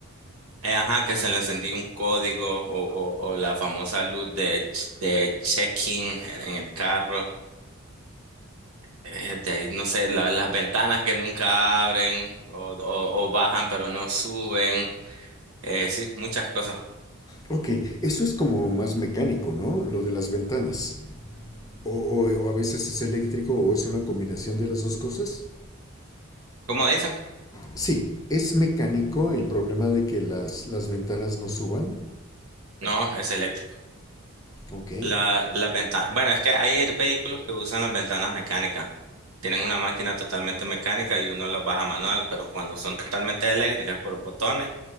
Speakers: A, on the right (about 80°); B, on the left (about 15°).
A: Eh, ajá, que se le encendió un código o, o, o la famosa luz de, ch- de checking en el carro. Eh, de ahí, no sé, la- las ventanas que nunca abren o, o, o bajan pero no suben. Eh, sí, muchas cosas.
B: Ok, eso es como más mecánico, ¿no? Lo de las ventanas. O, o- o a veces es eléctrico o es una combinación de las dos cosas.
A: ¿Cómo dice?
B: Sí, es mecánico el problema de que las, las ventanas no suban.
A: No, es eléctrico.
B: Ok.
A: La, las ventanas, bueno, es que hay vehículos que usan las ventanas mecánicas. Tienen una máquina totalmente mecánica y uno las baja manual, pero cuando son totalmente eléctricas por botones,